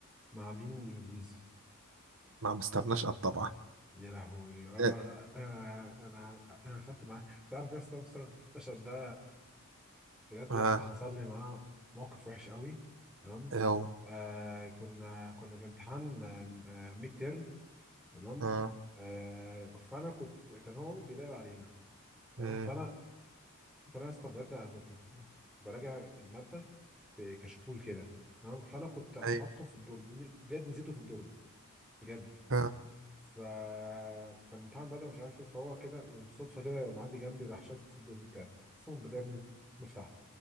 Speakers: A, in the centre; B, on the right (about 60°).
A: مع مين انجليزي
B: ما مستناش قد طبعا
A: يا لهوي اه
B: اه
A: انا انا انا خدت معاه تعرف يا اسطى مستر النشأت ده بجد
B: آه،
A: يا اسطى حصل لي معاه موقف وحش قوي تمام
B: اهو
A: آه كنا كنا في امتحان ميد تيرم تمام
B: اه
A: آه فانا كنت كان هو بيراقب علينا تمام
B: امم
A: فانا فانا استبجد انا كنت براجع الماده في كشكول كده تمام فانا كنت حاطه
B: اي
A: في الدرج بجد نسيته في الدرج بجد
B: اه
A: ف فالامتحان بدأ مش عارف ايه فهو كده يعني بالصدفه كده يبقى معدي جنبي راح شافه في الدور بتاعي قسما بالله يا ابني ما فتحته